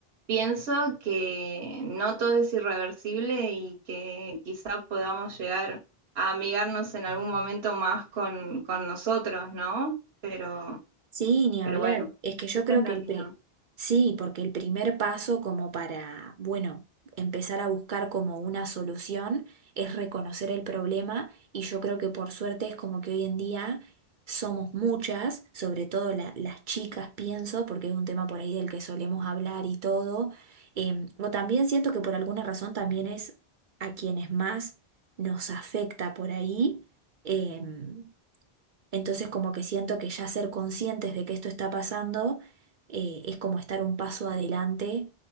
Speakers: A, on the right; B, on the right.
A: pienso que no todo es irreversible y que quizá podamos llegar a amigarnos en algún momento más con, con nosotros, ¿no? Pero,
B: Sí, ni
A: pero
B: hablar.
A: bueno,
B: Es que yo
A: esa
B: creo
A: es mi
B: que
A: opinión.
B: el pri- sí, porque el primer paso como para, bueno, empezar a buscar como una solución es reconocer el problema y yo creo que por suerte es como que hoy en día somos muchas, sobre todo la- las chicas, pienso, porque es un tema por ahí del que solemos hablar y todo. Em, o también siento que por alguna razón también es a quienes más nos afecta por ahí. em, entonces como que siento que ya ser conscientes de que esto está pasando eh, es como estar un paso adelante